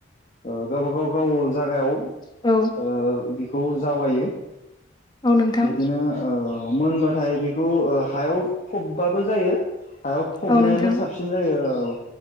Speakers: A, on the left; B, on the left.
A: ओ गावबागाव गाव जागायाव ओ
B: औ
A: बेखौ जावायो
B: औ नोंथां
A: बिदिनो ओ मोनबाथाय बेखौ ओ हायाव फबबाबो जायो हायाव फबनायानो
B: औ नोंथां
A: साबसिन जायो औ